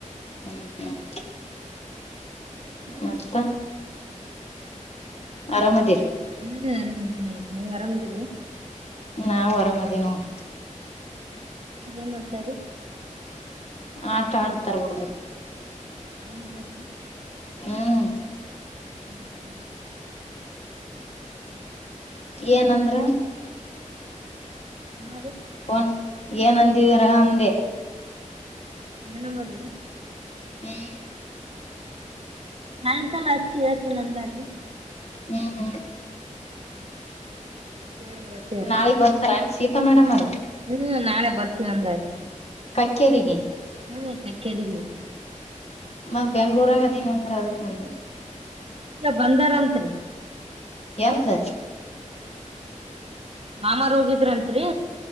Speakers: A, on the left; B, on the right.
A: ಹ್ಮ್ ಹ್ಮ್ ಮತ್ತ ಆರಾಮದಿರಿ
B: ಹ್ಮ್ ಆರಾಮದ್ಮ ನೀವ್ ಆರಾಮದಿರಿ
A: ನಾವವು ಆರಾಮದಿ ನೋರಿ
B: ನ್ ಮಾಡ್ತಾರೆ
A: ಆಟ ಆಡ್ತಾರ ಹುಡ್ಬ
B: ನಂಗದಿ
A: ಹ್ಮ್
B: ಹ್ಮ್ ಹ್ಮ
A: ಏನಂದ್ರ
B: ಹಾ ಅದು
A: ಫೋನ್ ಏನ್ ಅಂದಿವೀರ ಅಂದೆ
B: ಮೇಡಮದು
A: ಹ್ಮ್
B: ಸಯಂಕಾಲ ಅಚ್ಚಿ ಇತ್ತು ನಂದಾಜಿ
A: ಹ್ಮ್ ಹ್ಮ್
B: ್ಮ ಹ್ಮ <inaudible>
A: ನಾಳಗ್ ಬರ್ತಾರ ಸೀತಾ ಮೇಡಮ್ ಅವ್ರ್
B: ಹ್ಮ್ ನಾಳೆ ಬರ್ತೀನ ಒಂದ
A: ಕಕ್ಕೇರಿಗೆ
B: ಹ್ಮ ಕಕರಿಗ
A: ಮತ್ತ ಬೆಂಗ್ಳೂರಾಗ ಅದನ ಅಂದ್ರ ಅದಕಂಡು
B: ಈಗ ಬಂದಾರತ್ರಿ
A: ಎಂದ
B: ಮಾಮ ಹೋಗಿದ್ರಂತ್ರಿ